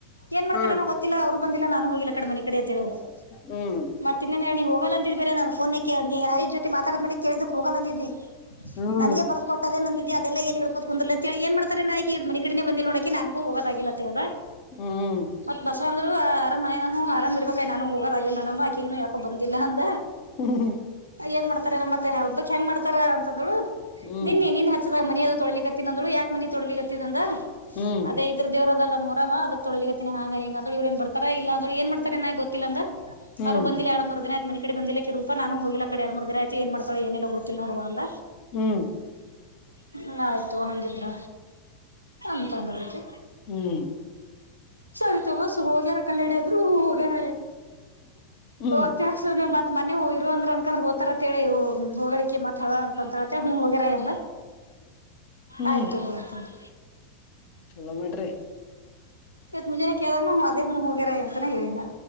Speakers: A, on the right; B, on the left.
A: ಏನ್ ಮಾಡ್ತಾರೆನೋ
B: ಹಾ
A: ಗೊತ್ತಿಲ್ಲ ಅವ್ರು ಬಂದಿಲ್ಲ ನಾನು ಹೋಗಿಲ್ಲ ಅಕಾಡಿ ಮನೆ ಕಡೆ ಅಂತ್ ಹೇಳನು.
B: ಹ್ಮ್
A: ಮತ್ತೆನ್ನೇನ್ ಹೇಳಿ ಹೋಗಲ್ಲ ಅಂದಿದ್ ಬೇರೆ ನಾನು ಫೋನೇಗ್ ಆಯ್ ಜೊತೆ ಮಾತಾಡ ಮೇಲಿ ಕೇಳಿದುಕ್ ಹೋಗಲ್ ಅಂದಿದ್ನಿ.
B: ಹ್ಮ್
A: ನನಿಗೆ ಬರ್ದು ಕೊಟ್ಟದೇ ಅಂದಿದಾಲ್. ಹೇ ಕೂತ್ ಕುಂದೂರ್ಲ್ ಅಂತ್ ಹೇಳಿ ಏನ್ ಮಾಡ್ತರೇನ ಅಕಿ ಈ ಮನೆ ಕಡನೆ ಬಂದಿಲ್ ನೋಡಕಿ ನಂಗು ಹೋಗೋಕಾಗಿಲ್ ಅಂತ್ ಹೇಳ್ದ.
B: ಹ್ಮ್
A: ಮತ್ ಬಸ್ ಬಂದ್ರು ಅರಾಮ್ ಮನೆ ಆರಾಮ್ ಇರ್ಬೇಕಾಗ ನಾನು ಹೋಗ <unintelligible> ಆಕಿ ಇನ್ನು ಯಾಕೋ ಬಂದಿಲ್ಲ ಅಂದ
B: ಹ್ಮ್
A: ಏನ್ ಮಾಡ್ತ ಮತ್ತೆ ಹಬ್ಬಕ್ ಹೆಂಗ್ ಮಾಡ್ತಾರ ಅಂತಂದ್ಳು
B: ಹ್ಮ್
A: ನಿನ್ನಿ ನಿನ್ ಮನಿ ಅದು ತೊಳಲಿಕ್ಕೆತ್ತಿನ್ ಅಂದ್ಳು ಯಾಕ್ ಮನಿ ತೊಳಿಲಿಕತಿದ್ ಅಂದೇ
B: ಹ್ಮ್
A: ಅದೇ ಇದ್ರು ದೇವ್ರದಲ್ಲ. <unintelligible> ಅದ ತೊಳಿಗತಿನಿ ಹಂಗ ಹಿಂ ಅಂದ್ರೆ ಇವ್ರಏನ್ ಬರ್ತಾರಾ ಇಲ್ಲ ಅಂದ್ರ ಏನ್ ಮಾಡ್ತರೇನ ಗೊತ್ತಿಲ್ಲ ಅಂದ
B: ಹ್ಮ್
A: ಅವರು ಬಂದಿಲ್ಲ ಎರಡು ಮೂರು ದಿನ ಆಯ್ತ್ ಮನಿ ಕಡೆ ಬಂದಿಲ್ಲಕಿ ರೂಪ ನಾನು ಹೋಗಿಲ್ಲಕಡೆ ಎಡು ಮೂರು ದಿನ ಆಯ್ತು ಏನ್ ಮಾಡತಾಳ ಏನ ಗೊತ್ತಿಲ್ ನೋಡಾವ ಅಂದ.
B: ಹ್ಮ್.
A: ಹ್ಮ ಆಯ್ತು ಹಂಗಿದ್ರ. ಅಂತ ಅಂದಳಾಕಿ
B: ಹ್ಮ್
A: ಸರಿ ತಗೋ. <unintelligible> ಕಲ್ಲಡದ್ರು ಹೋಗೋಣ
B: ಹ್ಮ್
A: ಹೊತ್ತೆ ಹಾಕ್ಸ್ರ ಮತ್ ಮ ಇಂದ್ರ ಹ್ರ ಹ್ತಾರಂತೇಳಿ ಹೋಗಳಿಕ್ಕೆ ಮತ್ ಹೋಗ್ಯಾರ್ ಅಂತ ಹೂ ಹೋಗ್ಯರ ಅಂದ
B: ಹ್ಮ್
A: ಆಯ್ತು ತಗೋ ಅಂತಂದ್ರ
B: ಚಲೋ ಮಾಡ್ರಿ
A: ಇತ್ ಮುಂಜಾನ ಕೇಳದಾಗ ಅದೇ ಹ ಹೋಗ್ಯರ ಅಂತಾನ ಹೇಳಿದ